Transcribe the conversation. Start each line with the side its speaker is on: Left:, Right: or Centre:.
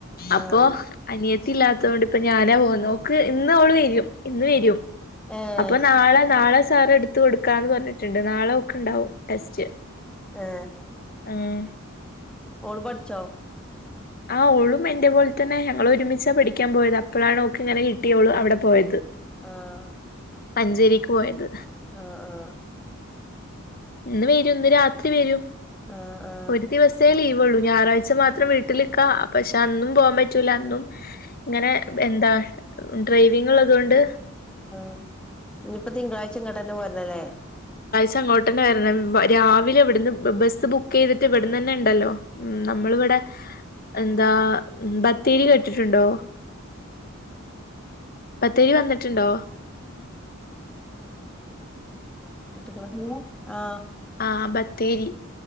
Left: അപ്പോ
Centre: ആഹ്
Left: അനിയത്തില്ലാത്ത അത്തൊണ്ട്ിപ്പ ഞാനാ പോകുന്നു ഓക്ക് ഇന്ന് ഓള് വരും ഇന്ന് വരും
Centre: ഏഹ്
Left: അപ്പൊ നാളെ നാളെ സാർ എടുത്ത കൊടുക്കാ എന്ന് പറഞ്ഞിട്ടുണ്ട് നാളെ ഉണ്ടാവും ടെസ്റ്റ്
Centre: ആ
Left: ഉം
Centre: ഓള് പഠിചോ
Left: ആ്ഓളും എൻന്റെ പോലെ തന്നെ ഞങ്ങ ഒരുമിച്ചാ പഠിക്കാൻ പോയത് അപ്പോഴാണ് നോക്ക് ഇങ്ങനെ കിട്ടിയളും അവിടെ പോയത്
Centre: ആഹ
Left: മഞ്ചേരിക്ക് പോയത്
Centre: ആ ആ
Left: ഇന്ന് വരും ഇന്ന് രാത്രി വരൂ
Centre: ആഹ് ആഹ്
Left: ഒരു ദിവസേ ലീവ്ള്ളൂ ഞായറാഴ്ച മാത്രം വീട്ടിൽ പക്ഷെ അന്നും പോകാൻ പറ്റൂല അന്നും ഇങ്ങനെ എന്താ ഡ്രൈവിങ് ഉള്ളത കൊൊണ്ട്
Centre: ആ ഇനിയിപ്പോ തിങ്കളാഴ്ച ഇങ്ങോട്ട്ന്നെ പോരണല്ലേ
Left: <unintelligible> പട്ടന വരണം രാവിലെ ഇവിടുന്ന് ബസ്സ് ബുക്ക് ചെയ്തിട്ട് ഇവിടുന്ന് തന്നെ ഉണ്ടല്ലോ ഉ നമ്മൾിവിടെ എന്താ ബത്തേരി കേട്ടിട്ടുണ്ടോ ബത്തേരി വന്നിട്ടുണ്ടോ
Centre: പട്ടക്കള ആ
Left: ആഹ ബത്തേരി